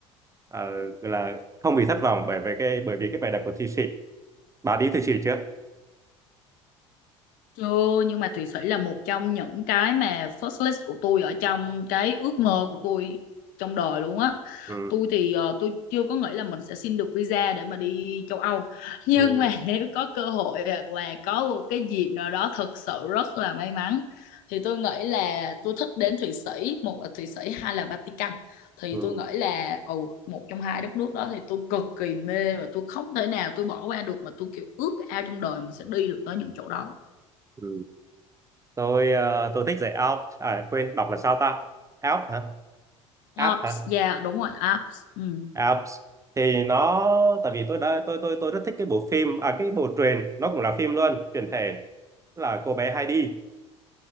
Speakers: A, on the right (about 20°); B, on the left (about 60°).
A: ờ, gọi là không bị thất vọng bởi vì cái bởi vì cái vẻ đẹp của Thụy Sĩ bà đi Thụy Sĩ chưa
B: chưa nhưng mà thụy sĩ là một trong những cái mà first list của tôi ở trong cái ước mơ của tôi trong đời luôn á.
A: ừ
B: Tôi thì ờ, tôi chưa có nghĩ là mình sẽ xin được visa để mà đi châu Âu. Nhưng
A: ừ
B: mà <laughs> nếu có cơ hội hoặc là có một cái dịp nào đó thật sự rất là may mắn thì tôi nghĩ là tôi thích đến Thụy Sĩ, một là Thụy Sĩ, hai là Vatican. Thì
A: ừ
B: tôi nghĩ là ừ một trong hai đất nước đó thì tôi cực kỳ mê và tôi không thể nào tôi bỏ qua được mà tôi kiểu ước ao trong đời mình sẽ đi được tới những chỗ đó.
A: ừ tôi ờ, tôi thích dạy Alps à quên đọc là sao ta Alps hả Alps
B: Ops,
A: hả
B: yeah đúng rồi Ops. Ừ.
A: À, thì nó tại vì tôi đã tôi tôi tôi rất thích cái bộ phim à cái bộ truyền nó cũng là phim luôn truyền thể là cô bé Heidi